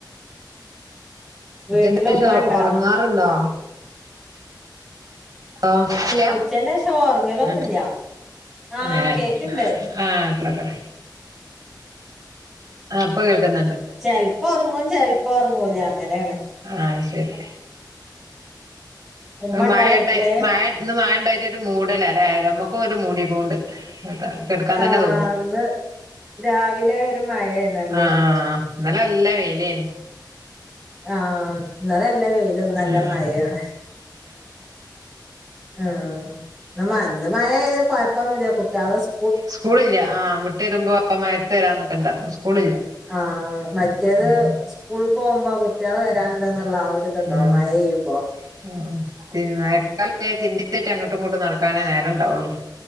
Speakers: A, in the centre; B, on the right.
A: വീട്ടില്
B: ഉച്ചക്ക് ശേഷം
A: ഉമ്മണ്ടാ
B: ഉറങ്ങാറുണ്ടോ ഓഹ് ഇല്ലയാ
A: ഉച്ചന്റെ ശേഷം ഒറങ്ങലൊന്നുല്ല
B: ഉം
A: ആഹ്
B: ഏഹ്
A: കേക്ക്ണ്ട്
B: ആഹ് കട കട ആഹ് ഇപ്പ കേൾക്കുന്നുണ്ട്
A: ചെലപ്പോ ഉറങ്ങും ചെലപ്പോ ഉറങ്ങൂല്ല അങ്ങനേണ്
B: ആഹ് ശരി
A: ഉമ്മ
B: ഒരു
A: ഇണ്ടാ
B: മഴ
A: വീട്ടില്
B: ഉണ്ടായി മയ ഇന്ന് മയണ്ടായിട്ടൊരു മൂടലാ ല്ലേ നമുക്കും ഒരു മുടീങ്ങോണ്ട് അത കടുക്കാൻ
A: ആഹ്
B: തന്നെ തോന്ന
A: ഇന്ന് രാവിലെ ഒരു മഴയായിരുന്നല്ലോ
B: ആഹ് ആഹ് ഇന്നലെ നല്ല വെയിലേന്ന്‌
A: ആഹ് ഇന്നലെ നല്ല വെയില ഇന്ന്
B: ആ
A: നല്ല മഴയാണ് ആഹ് ഇന്ന് നല്ല മഴ ആയതോണ്ട് കൊയപ്പൊന്നുമില്ല കുട്ടിയാളെ സ്
B: സ്കൂളില്ല ആ വിട്ട് വരുമ്പോ മയത്ത് വരാന്നിക്കണ്ട സ്കൂളില്ല
A: ആഹ് മറ്റേത്
B: ഉം
A: സ്കൂൾക്ക് പോകുമ്പോ കുട്ടിയേള് വരാ ന്നുള്ള ആ ഒരു ഇത്ണ്ടാവും
B: ഉം
A: മഴ പെയ്യുമ്പോ
B: ഉം മയക്കാലായ തിരുമ്പിട്ടേട്ട് അങ്ങോട്ടും ഇങ്ങോട്ടും നടക്കാനേ നേരം ഇണ്ടാവുള്ളു